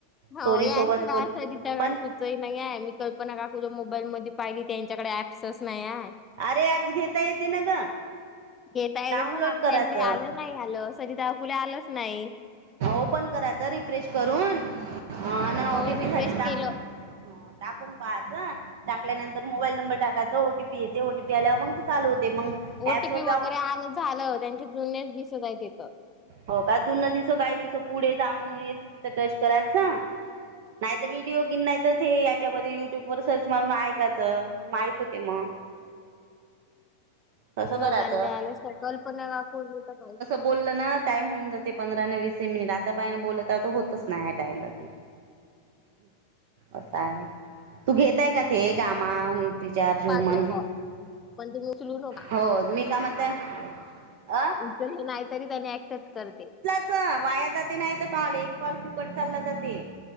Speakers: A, on the left; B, on the right.
A: हो
B: सोरी
A: यांच
B: सोबत
A: का
B: बोल
A: सरीता काकूंच
B: पण
A: नाही आहे क पण का कु ज्या मोबाईल मध्ये पाहिली त्या त्यांच्याकडे ऍप्सच नाही आहे.
B: अरे ऍप्स घेता येते ना ग
A: घेता येते
B: डाऊनलोड
A: पण आता
B: करायचं.
A: त्यांनी आलं नाही आलं सरिता कुल्या आलंच नाही.
B: ओपन करायच रिफ्रेश करून. हा न
A: हो
B: ओ टी
A: रिफ्रेश
B: पी साठी टाकून,
A: केलं.
B: टाकून पाहायचं. टाकल्यानंतर मोबाईल नंबर टाकायचा ओटीपी येते ओटीपी आल्यावर मग ते चालू होते मग. ॲप्सवर
A: ओटीपी
B: जाऊ
A: वगैरे आलं झालं त्यांचे जुन्याच दिसत आहे तिथं.
B: हो का जुन दिसत आहे काही दिवस पुढे जा म्हणून येते तिथं टच करायचं. नाहीत व्हिडिओ गिन नाही तर हे याच्यामध्ये युट्यूब व सर्च मारून ऐकायचं. माहित होते मग. तसं
A: अ
B: करायचं
A: त्यां आलं स कल्पना काकू होतच आहेत. <inaudible>
B: बोलल ना टाइम होऊन जाते पंधरा न वीस मिनिट आता पाहिन बोलत होतच नाही टाइम लगेच. असं आहे, तू घेतय का ते कामा ति चार जव
A: पाच
B: म्हन
A: कॉल पण तुम्ही उचलू नका.
B: हो मी काय म्हणताय <inaudible> अहं
A: <unintelligible> नाही तरी पहीले ऍक्सेप्ट कर.
B: वाया जाते नाही तर काल एक काल फुकट चालला जाते.